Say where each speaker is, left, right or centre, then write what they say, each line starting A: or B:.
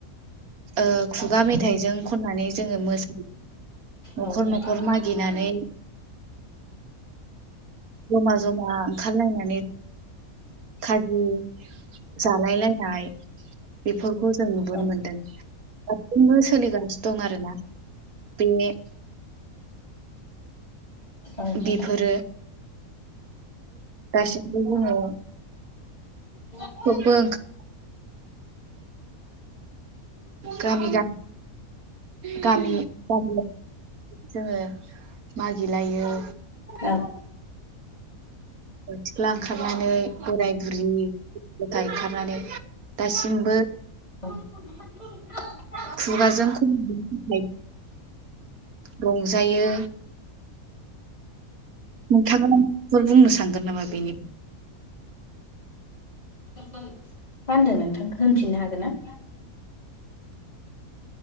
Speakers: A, on the right (about 80°); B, on the left (about 25°).
A: ओ खुगा मेथाइजों खननानै जोङो मोसा न'खर
B: औ नोंथां
A: न'खर मागिनानै जमा जमा ओंखारलायनानै खाजि जालायलायनाय बेफोरखौ जों नुबोनो
B: औ
A: मोनदों दासिमबो सोलिगासिनो दं आरोना बे
B: औ नोंथां
A: बेफोरो दासिमबो दोङो
B: न
A: <unintelligible> गामि गाम गामि गामियाव जोङो मागिलायो
B: ओं
A: <unintelligible> ओंखारनानै बोराय बुरि गथाय ओंखारनानै दासिमबो
B: <inaudible>
A: खुगाजों <unintelligible> रंजायो नोंथां फोर बुंनो सानगोन नामा बेनि
B: मा होनदों नोंथांखौ होनफिननो हागोन ना